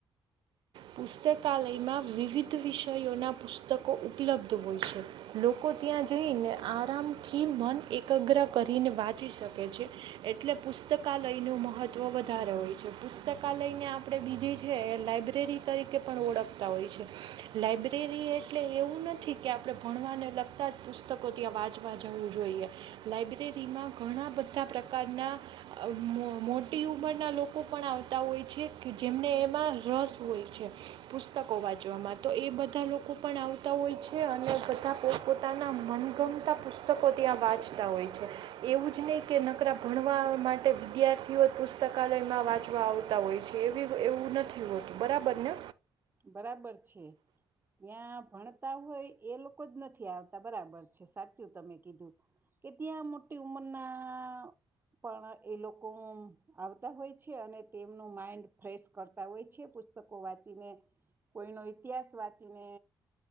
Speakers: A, on the right; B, on the right.
A: પુસ્તકાલયમાં વિવિધ વિષયોના પુસ્તકો ઉપલબ્ધ હોય છે લોકો ત્યાં જઈને આરામથી મન એકગ્ર કરીને વાંચી શકે છે એટલે પુસ્તકાલયનું મહત્ત્વ વધારે હોય છે પુસ્તકાલયને આપણે બીજી છે લાઇબ્રેરી તરીકે પણ ઓળખતા હોય છે લાઇબ્રેરી એટલે એવું નથી કે આપણે ભણવાને લગતાં જ પુસ્તકો ત્યાં વાંચવા જવું જોઈએ લાઇબ્રેરીમાં ઘણા બધા પ્રકારના મો મોટી ઉંમરના લોકો પણ આવતા હોય છે કે જેમને એમાં રસ હોય છે પુસ્તકો વાંચવામાં તો એ બધા લોકો પણ આવતા હોય છે અને બધા પોત પોતાના મનગમતા પુસ્તકો ત્યાં વાંચતા હોય છે એવું જ નહીં કે નકરા ભણવા માટે વિદ્યાર્થીઓ જ પુસ્તકાલયમાં વાંચવા આવતા હોય છે એવી એવું નથી હોતું બરાબર બને
B: બરાબર છે ત્યાં ભણ હોય એ લોકો જ નથી આવતા બરાબર છે સાચું તમે કીધું કે ત્યાં મોટી ઉંમરના પણ એ લોકો આવતા હોય છે અને તેમનું માઈન્ડ ફ્રેશ કરતા હોય છે પુસ્તકો વાંચીને કોઈનો ઇતિહાસ વાંચીને